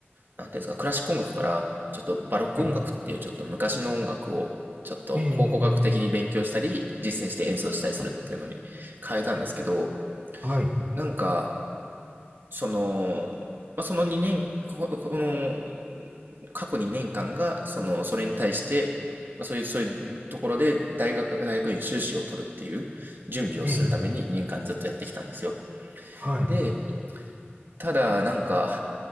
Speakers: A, on the right (about 55°); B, on the right (about 30°).
A: なんていうんですか、クラシック音楽から、ちょっとバロック音楽っていうちょっと昔の音楽を、
B: はい、
A: ちょっと考古学的に勉強したり、
B: ええ、
A: 実践して演奏したりするっていうのに変えたんですけど、
B: はい、
A: なんか、その、まあ、その2年、ここの、過去2年間が、その、それに対して、まあ、そういう、そういうところで大学、大学院修士を取るっていう準備をするために2年間ずっとやってきたんですよ。
B: ええ、はい。
A: で、ただ、なんか、